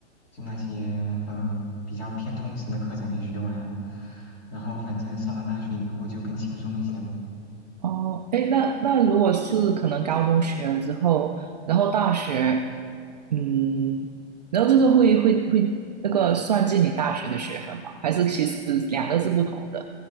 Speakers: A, on the left; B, on the right.
A: 就那些呃比较偏通识的课程给学完。然后反正上了大学以后就更轻松一些嘛。
B: 哦，哎，那那如果是可能高中学了之后，然后大学，嗯，然后这个会会会那个算进你大学的学分吗？还是其实两个是不同的？